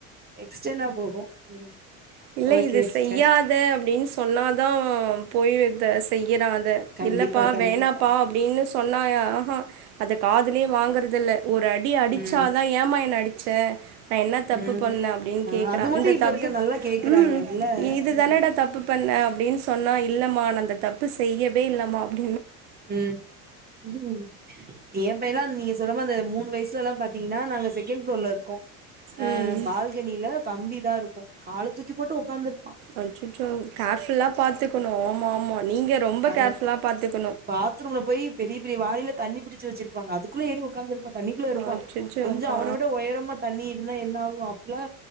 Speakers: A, on the right; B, on the right.
A: எக்ஸ்டனா போகு ம்
B: இல்ல
A: ஓகே
B: இது
A: சிஸ்டர்
B: செய்யாத அப்படின்னு சொன்னாதான் போய் செய்யறான் தெ
A: கண்டிப்பா
B: இல்லப்பா
A: கண்டிப்பா
B: வேணாப்பா அப்டின்னுஸ் தொன்னாயா ஆஹா. அத காதுலே வாங்குறதெல்ல ஒர் அடி அடிச்சாதா
A: ம்
B: ஏமா என்ன அடி. ச்ச. நா என்ன தப்புப்.
A: ம்
B: பண்ண அப்டின்
A: ஆ
B: கேக்குறா‌.
A: அது மட்டு
B: இந்த
A: இப்ப
B: தப்பு
A: இருக்க நல்லா கேக்குறாங்கல்ல
B: ம் இது தானடா
A: ம்
B: தப்பு பண்ண அப்டின் சொன்னா இவ். இல்லம்மா நா அந்த தப்பு செய்யவே இல்லம்மா அப்பனு.
A: ம் ம் ஏ பைய்லா நீங்க சொல்லும்மோது மூணு வயசுலல்லாம் பாத். ஈனா நாங்க செகண் ஃப்ளோர்ல இர்க்கோ அ
B: ம்
A: பால்கனில கம்பிதாரு. போ கால தூக்கி போட்டு உக்காந்துர்.
B: அச்சச்சோ கேர்ஃபுல்லா பாத்துக்குணு ஓமா ஆமா நீங்க ரொம்ப
A: அத
B: கேர்ஃபுல்லா பாத்துக்க.
A: பாத்ரூம்ல போய் பெரிய பெரிய வாளில தண்ணி பிடி. ச்சி வச்சிருப்பாங்கங்க அது குல்ல ஏறி உக்காந்துர்ப்பா தண்ணிக்குள்ள இருப்பா
B: அச்சச்சோ
A: கொஞ்சோ
B: ஆ
A: அவன விட ஒயரமா தண்ணி இருந்தா என்ன ஆவு அப்புலா